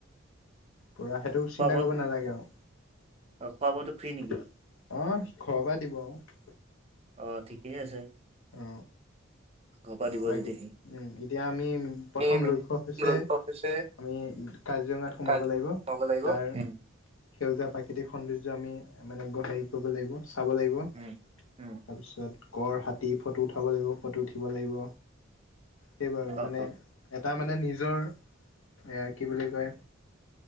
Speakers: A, on the left (about 85°); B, on the right (about 30°).
A: পুৰা সেইটো চিন্তা
B: খোৱা বোৱাত
A: কৰিব নালাগে আৰু।
B: খোৱা বোৱাটো ফ্ৰী নেকি?
A: অ, ঘৰৰ পৰা দিব আৰু।
B: অ, ঠিকেই আছে।
A: অ।
B: ঘৰৰ পৰা দিব
A: বাকী
B: যদি সি।
A: ওম এতিয়া আমি প্ৰথম
B: উম
A: লক্ষ্য হৈছে
B: লক্ষ্য হৈছে
A: আমি কাজিৰঙাত সোমাব
B: কালি
A: লাগিব
B: সোমাব লাগিব।
A: তাৰ
B: উম
A: সেউজীয়া প্ৰাকৃতিক সৌন্দৰ্য আমি মানে গ হেৰি কৰিব লাগিব। চাব লাগিব
B: উম
A: তাৰপিছত
B: উম
A: গড়, হাতী ফটো উঠাব লাগিব, ফটো উঠিব লাগিব সেইবাৰু
B: অ
A: মানে এটা মানে নিজৰ এয়া কি বুলি কয়